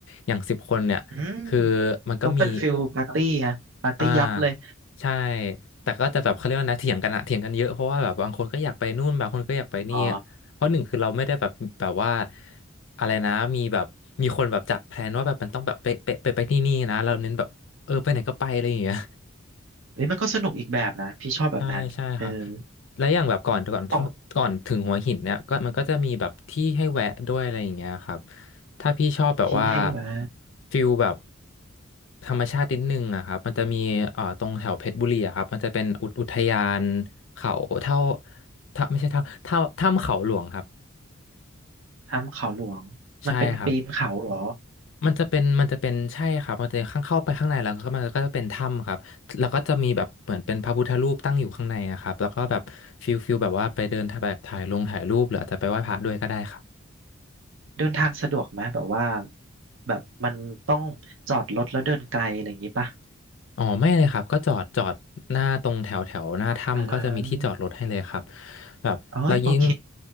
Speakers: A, on the left (about 65°); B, on the right (about 65°).
A: อย่างสิบคนเนี่ยคือ
B: อืม
A: มันก็มี
B: ก็เป็นฟิลปาร์ตี้อะปาร์ตี้ยับเลย
A: อ่าใช่แต่ก็จะแบบเขาเรียกว่านะเถียงกันอะเถียงกันเยอะเพราะว่าแบบบางคนก็อยากไปนู่นบางคนก็อยากไปนี่
B: อ๋อ
A: เพราะหนึ่งคือเราไม่ได้แบบแบบว่าอะไรนะมีแบบมีคนแบบจัดแพลนว่าแบบมันต้องแบบไปไปไปไปที่นี่นะเราเน้นแบบเออไปไหนก็ไปอะไรอย่างเงี้ย
B: เฮ้ยมันก็สนุกอีกแบบนะพี่ชอบแบบนั้นเออ
A: ใช่ใช่ครับและอย่างแบบก่อนก่อน
B: ของ
A: ก่อนถึงหัวหินเนี่ยก็มันก็จะมีแบบที่ให้แวะด้วยอะไรอย่างเงี้ยครับถ้าพี่ชอบแบบว่า
B: ที่ให้มา
A: ฟิลแบบธรรมชาตินิดนึงอะครับมันจะมีเอ่อตรงแถวเพชรบุรีอะครับมันจะเป็นอุอุทยานเขาเท่าถ้าไม่ใช่ถ้าถ้าถ้ำเขาหลวงครับ
B: ทำเขาหลวงมันเป็นปีนเขาเหรอ
A: ใช่ครับ มันจะเป็นมันจะเป็นใช่ครับมันจะข้างเข้าไปข้างในแล้วก็มันก็จะเป็นถ้ำครับแล้วก็จะมีแบบเหมือนเป็นพระพุทธรูปตั้งอยู่ข้างในอะครับแล้วก็แบบฟิลฟิลแบบว่าไปเดินถ่ายแบบถ่ายลงถ่ายรูปหรืออาจจะไปไหว้พระด้วยก็ได้ครับ
B: เดินทางสะดวกไหมแบบว่าแบบมันต้องจอดรถแล้วเดินไกลอะไรอย่างงี้ป่ะ
A: อ๋อไม่เลยครับก็จอดจอดหน้าตรงแถวแถวหน้าถ้ำก็จะมีที่จอดรถให้เลยครับ
B: อ่า
A: แบบเรายิ่ง
B: เอ้ยโอเค